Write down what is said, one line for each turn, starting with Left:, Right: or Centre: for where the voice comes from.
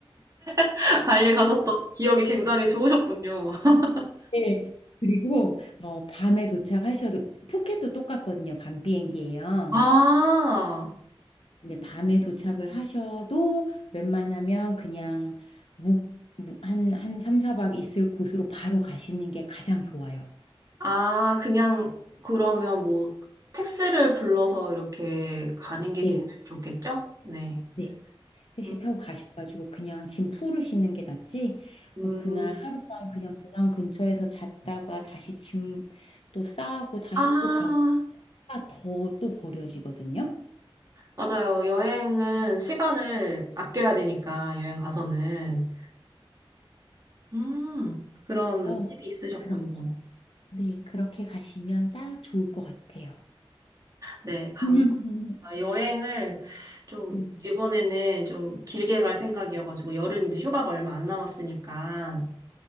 Right: <laughs> 발리 가셨던 기억이 굉장히 좋으셨군요. <laughs>
Left: 네. 그리고 어, 밤에 도착하셔도 푸켓도 똑같거든요. 밤 비행기예요.
Right: 아,
Left: 근데 밤에 도착을 하셔도 웬만하면 그냥 묵, 묵- 한, 한 3, 4박 있을 곳으로 바로 가시는 게 가장 좋아요.
Right: 아, 그냥 그러면 뭐 택시를 불러서 이렇게 가는 게
Left: 네.
Right: 제일 좋겠죠? 네.
Left: 네. 택시
Right: 음,
Left: 타고 가셔가지고 그냥 짐 풀으시는 게 낫지.
Right: 음,
Left: 음, 그날 하룻밤 그냥 공항 근처에서 잤다가 다시 짐 또 싸고 다시
Right: 아,
Left: 또 가고 더 또 버려지거든요.
Right: 맞아요. 여행은 시간을 아껴야 되니까, 여행 가서는. 음, 그런
Left: 그래서
Right: 팁이 있으셨군요.
Left: 그렇게, 네, 그렇게 가시면 딱 좋을 것 같아요.
Right: 네, 감,
Left: <laughs>
Right: 아, 여행을 좀,
Left: 음.
Right: 이번에는 좀 길게 갈 생각이어가지고, 여름 이제 휴가가 얼마 안 남았으니까.